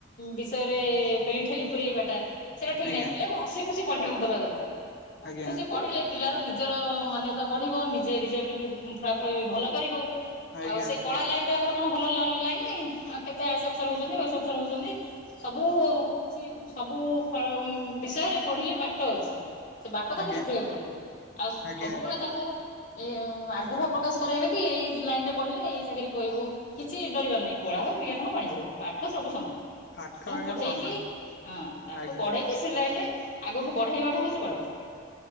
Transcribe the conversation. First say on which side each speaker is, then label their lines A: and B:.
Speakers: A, on the left (about 40°); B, on the left (about 60°).
A: ବିଷୟରେ ପେଲି ଠେଲି ପୁରଇବାଟା ସେଇଟା ଠିକ
B: ଆଜ୍ଞା।
A: ନାହିଁ ପିଲାକୁ ହସି ଖୁସି ପଢ଼ିବାକୁ ଦବା ଦରକାର। ହସି
B: ଆଜ୍ଞା
A: ଖୁସି ପଢି଼ଲେ ପିଲାର ନିଜର ମାନ୍ୟତା ବଢ଼ିବ ନିଜେ ରିଜଲ୍ଟ ଫଳାଫଳ ବି ଭଲ କରିବ।
B: ଆଜ୍ଞା
A: ଆଉ ସେ କଳା ଲାଇନ ରେ ଆମର କଣ ଭଲ ଲାଇନ୍ ନାଇଁ ଆଉ କେତେ ଆଇ ଏସ୍ ଅଫିସର ହଉଛନ୍ତି, ଓ ଏସ୍ ଅଫିସର ହଉଛନ୍ତି। ସବୁ କିଛି ସବୁ ବିଷୟରେ ପଢ଼ିଲେ ବାଟ ଅଛି। ସେ ବାଟ ତାକୁ
B: ଆଜ୍ଞା
A: ଦେଖେଇିବାକୁ ପଡ଼ିବ। ଆଉ
B: ଆଜ୍ଞା
A: ସବୁବେଳେ ତାକୁ ଏ ଆଗ୍ରହ ପ୍ରକାଶ କରାଇବେ କି ଏଇ ଲାଇନ ରେ ପଢିଲେ ଏଇ ଚାକିରି କ କହିବୁ। କିଛି ଡରିବାର ନାହିଁ କଳା ହଉ ବିଜ୍ଞାନ ହଉ ବାଣିଜ୍ୟ ହଉ ପାଠ ସବୁ ସମାନ।
B: ପାଠ
A: ଆପଣ
B: ଆଜ୍ଞା
A: ପଢେଇକି
B: ସମାନ
A: ହଁ ତାକୁ
B: ଆଜ୍ଞା
A: ପଢେଇକି। ସେ ଲାଇନରେ ଆଗକୁ ବଢେଇବାଟା ହଉଛି ବଡ କଥା